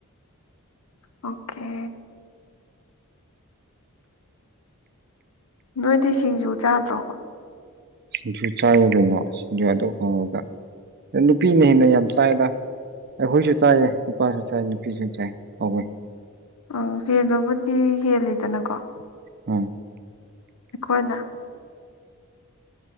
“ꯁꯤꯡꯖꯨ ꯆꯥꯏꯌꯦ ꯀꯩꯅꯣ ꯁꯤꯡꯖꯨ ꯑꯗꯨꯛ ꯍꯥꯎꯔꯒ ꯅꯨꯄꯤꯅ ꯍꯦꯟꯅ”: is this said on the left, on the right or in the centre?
Right